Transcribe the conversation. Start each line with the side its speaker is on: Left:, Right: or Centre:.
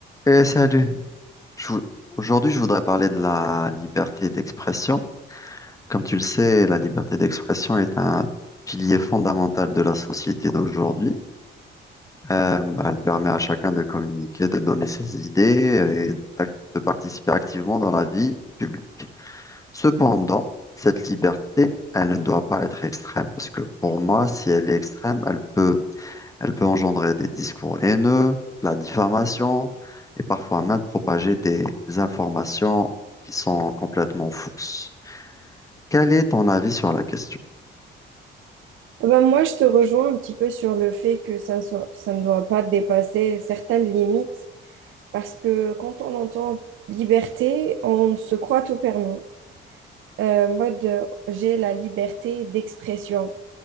Left: Eh, salut. Je vou- Aujourd'hui, je voudrais parler de la liberté d'expression. Comme tu le sais, la liberté d'expression est un pilier fondamental de la société d'aujourd'hui. Euh, bah, elle permet à chacun de communiquer, de donner ses idées et d'ac- de participer activement dans la vie publique. Cependant, cette liberté, elle ne doit pas être extrême parce que pour moi, si elle est extrême, elle peut Elle peut engendrer des discours haineux, de la diffamation et parfois même propager des informations qui sont complètement fausses. Quel est ton avis sur la question?
Right: Ah bah, moi, je te rejoins un petit peu sur le fait que ça, ne soit- ça ne doit pas dépasser certaines limites parce que quand on entend liberté, on se croit tout permis. Euh, mode, euh, j'ai la liberté d'expression.